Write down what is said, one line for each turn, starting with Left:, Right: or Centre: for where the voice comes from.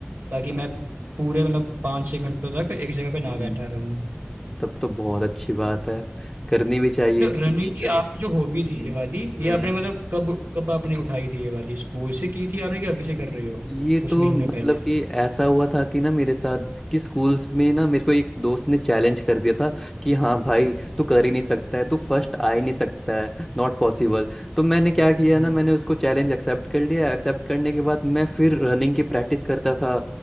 Right: ताकि मैं
Centre: हाँ,
Right: पूरे मतलब पाँच छः घंटों तक एक जगह पे ना
Centre: हम्म
Right: बैठा रहूं
Centre: तब तो बहुत अच्छी बात है करनी भी चाहिए
Right: तो रनिंग
Centre: नहीं
Right: की
Centre: करो
Right: आपकी
Centre: हम्म
Right: जो हॉबी थी ये वाली
Centre: हम्म
Right: ये आपने मतलब कब कब आपने उठाई थी ये वाली स्कूल से की थी आपने कि अभी से कर रहे हो
Centre: ये तो
Right: कुछ महीनों
Centre: मतलब
Right: पहले से
Centre: कि ऐसा हुआ था कि ना मेरे साथ कि स्कूल्स में ना मेरे को एक दोस्त ने चैलेंज कर दिया था कि हाँ भाई तू कर ही नहीं सकता है तू फर्स्ट आ ही नहीं सकता है नॉट पॉसिबल तो मैंने क्या किया
Right: हम्म
Centre: ना मैंने उसको चैलेंज एक्सेप्ट कर लिया एक्सेप्ट करने के बाद मैं फिर रनिंग की प्रैक्टिस करता था